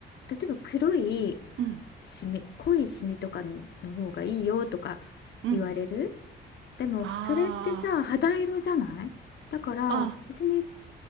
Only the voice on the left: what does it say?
例えば黒い
シミ、濃いシミとかの方がいいよとか言われる。
でも、
それってさ、肌色じゃないだから、
別に、